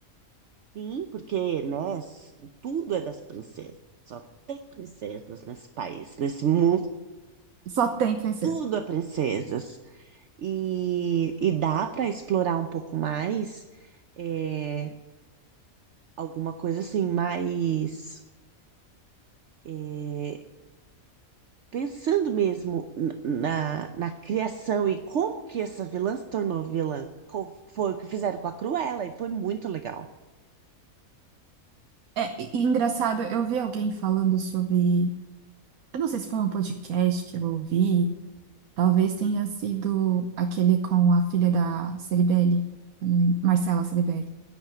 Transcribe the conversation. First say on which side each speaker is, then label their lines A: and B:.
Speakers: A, on the right (about 60°); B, on the right (about 80°).
A: Sim, porque, né, s- tudo é das princesas. Só tem princesas nesse país, nesse mundo,
B: Só tem princesa.
A: tudo é princesas. E, e dá para explorar um pouco mais é, alguma coisa assim, mais eh, pensando mesmo na, na, na criação e como que essa vilã se tornou vilã. Co- Foi o que fizeram com a Cruella e foi muito legal.
B: É, e e engraçado, eu vi alguém falando sobre. Eu não sei se foi um podcast que eu ouvi, talvez tenha sido aquele com a filha da Ceribelli, eu não lembro, Marcela Ceribelli,